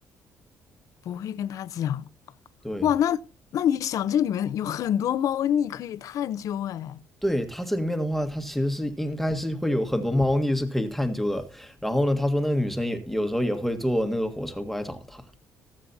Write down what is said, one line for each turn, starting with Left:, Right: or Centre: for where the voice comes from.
Left: 不会跟他讲
Centre: 对，
Left: 哇？那那你想，这里面有很多猫腻可以探究哎。
Centre: 对，他这里面的话，他其实是应该是会有很多猫腻是可以探究的。然后呢，他说那个女生也有时候也会坐那个火车过来找他。